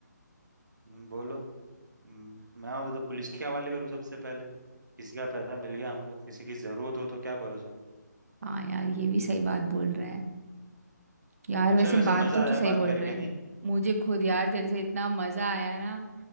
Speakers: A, on the right; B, on the right.
A: हम्म, बोलो हम्म, मैं होता तो तो पुलिस के हवाले करूँ सबसे पहले किसी का पैसा मिल गया हमको किसी की ज़रूरत हो तो क्या भरोसा
B: हाँ यार ये भी सही बात बोल रहा है। यार वैसे
A: चल वैसे
B: बात
A: मज़ा
B: तो तू
A: आया
B: सही
A: बात
B: बोल
A: करके
B: रहा है
A: नहीं
B: मुझे खुद यार तेरे से इतना मजा आया ना